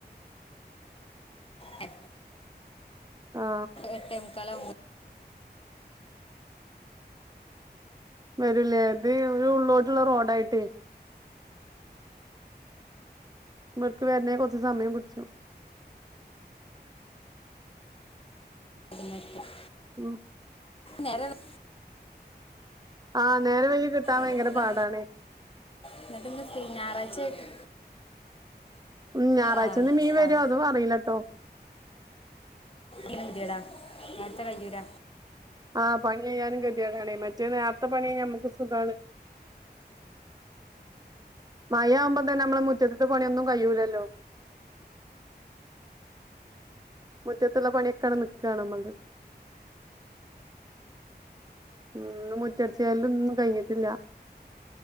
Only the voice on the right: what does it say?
ആ
വരുലേ ഇത് ഒരു ഉള്ളോട്ടുള്ള റോഡായിട്ടെ. ഇവട്ക്ക് വര്നേ കൊർച്ച് സമയം പുട്ച്ചു.
ഉം.
ആഹ് നേരം വയ്കി കിട്ടാൻ ഭയങ്കര
പാടാണെ.
ഉം ഞായറാഴ്ചന്ന്
മീൻ
വരോ അതു അറീലട്ടോ.
ആഹ് പണികയിയാനും കെത്യേടാണേ മറ്റേ നേർത്തെ പണികയ്ഞ്ഞാ നമ്മക്ക് സുഖാണ്. മയാവുമ്പ തന്നെ നമ്മളെ മുറ്റത്ത്ത്തെ പണിയൊന്നും കഴിയൂലല്ലോ. മുറ്റത്തുള്ള പണ്യൊക്കടെ നിക്കാ നമ്മൾത്. ഉം ഇന്ന് മുറ്റട്ച്ച് വാരലുന്നും കയ്ഞ്ഞിട്ടില്ല.